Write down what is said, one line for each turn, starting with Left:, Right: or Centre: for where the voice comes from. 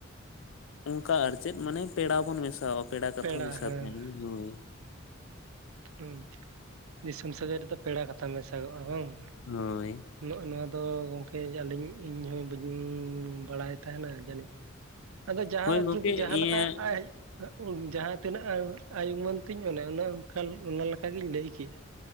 Left: ᱚᱱᱠᱟ ᱟᱨ ᱪᱮᱫ ᱢᱟᱱᱮ ᱯᱮᱲᱟ ᱵᱚᱱ ᱢᱮᱥᱟᱣᱟ ᱠᱟᱛᱷᱟ
Right: ᱯᱮᱲᱟ
Left: ᱢᱮᱥᱟ
Right: ᱦᱮᱸ
Left: ᱛᱟᱦᱮᱱᱟ ᱦᱳᱭ
Right: ᱦᱩᱸ ᱫᱤᱥᱚᱢ ᱥᱟᱹᱜᱟᱹᱭ ᱨᱮᱛᱚ ᱯᱮᱲᱟ ᱠᱟᱛᱷᱟ ᱢᱮᱥᱟᱜᱚᱜ-ᱟ ᱵᱟᱝ
Left: ᱦᱳᱭ
Right: ᱱᱚᱜ-ᱚᱭ ᱱᱚᱣᱟ ᱫᱚ ᱜᱚᱝᱠᱮ ᱟᱹᱞᱤᱧ ᱤᱧ ᱦᱚᱸ ᱵᱟᱹᱧ ᱵᱟᱲᱟᱭ ᱛᱟᱦᱮᱱᱟ ᱡᱟᱹᱱᱤᱡ ᱟᱫᱚ ᱡᱟᱦᱟᱸ
Left: ᱦᱳᱭ ᱜᱚᱝᱠᱮ
Right: ᱴᱷᱤᱠ ᱡᱟᱦᱟᱸᱞᱮᱠᱟ
Left: ᱤᱭᱟᱹ
Right: ᱟᱡ ᱡᱟᱦᱟᱸ ᱛᱤᱱᱟᱹᱜ ᱟᱭᱩᱢᱟᱹᱱ ᱛᱤᱧ ᱢᱚᱱᱮ ᱚᱱᱠᱟ ᱚᱱᱟ ᱞᱮᱠᱟᱜᱤᱧ ᱞᱟᱹᱭ ᱠᱮᱭᱟ᱾